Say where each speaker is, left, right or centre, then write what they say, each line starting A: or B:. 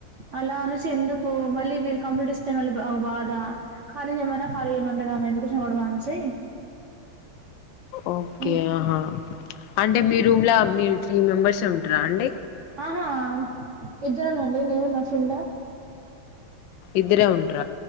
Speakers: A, on the right (about 75°); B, on the left (about 75°).
A: అలా అనేసి ఎందుకు మళ్ళీ వీళ్ళు కంప్లీట్ ఇస్తే మళ్ళీ బా బాధ ఖాళీ చేయమన్న ఖాళీ చేయమంటది ఆమె ఎందుకు వచ్చిన గొడవ అనేసి
B: ఓకే
A: ఇంకా
B: ఆహా అంటే మీ రూమ్లా మీరు త్రీ మెంబెర్సే ఉంటరా అండి
A: ఆహా ఇద్దరమే అండి నేను నా ఫ్రెండ్
B: ఇద్దరే ఉంట్ర